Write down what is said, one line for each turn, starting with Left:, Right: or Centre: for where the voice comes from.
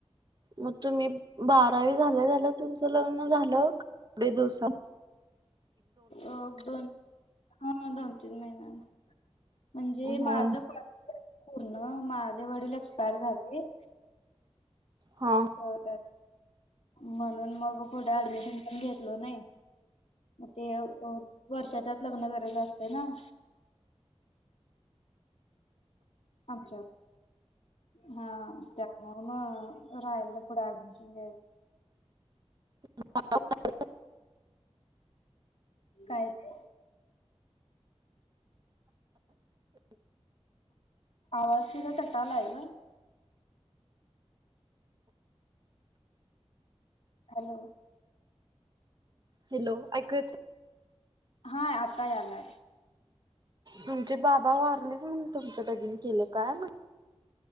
Right: मग तुम्ही बारावी झाल्या झाल्या तुमचं लग्न झालं. लय दिवसान.
Left: अ दोन हा दोन तीन महिन्यां. म्हणजे
Right: ह
Left: माझ क पूण माझे वडील एक्सपायर झाले.
Right: हा.
Left: हो म्हणून मग पुढे ऍडमिशन पण घेतल नाही. मग ते वर्षाच्यात लग्न करत असते ना. आमच्या. हा त्यामु म राहाला पुढे ऍडमिशन घ्यायचं.
Right: ह.
Left: काय ते. आवाज क तर तटाला आहे का. हॅलो.
Right: हॅलो ऐक.
Left: हा आता आला.
Right: म्हणजे बाबा वारलेच म्ह तुमच्या बगिन केले काय म्ह.